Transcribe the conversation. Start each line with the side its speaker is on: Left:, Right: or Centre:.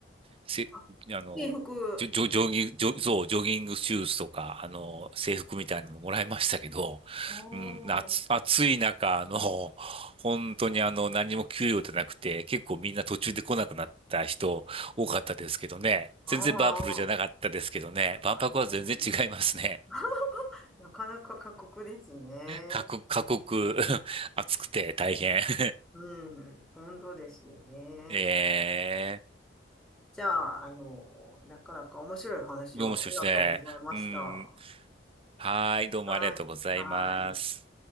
Right: せ、
Centre: あ、
Right: あの、
Centre: 制服。
Right: ジョ、ジョジョギング、ジョ、そう、ジョギングシューズとか、あの、制服みたいなのもらいましたけど、
Centre: おー。
Right: うん、夏、暑い中、あの、本当にあの、何も給料じゃなくて、結構みんな途中で来なくなった人多かったですけどね。
Centre: ああ。
Right: 全然バブルじゃなかったですけどね。万博は全然違いますね。
Centre: なるほどね。<laughs> なかなか過酷ですね。
Right: 過酷、過酷、<laughs> 暑くて大変。<laughs>
Centre: うん。本当ですよね。
Right: え
Centre: じゃあ、あの、なかなか面白い話をありがとうございました。
Right: ー、どうもしょしてうん。
Centre: は
Right: はい、どうもありがとうございます。
Centre: い。はい。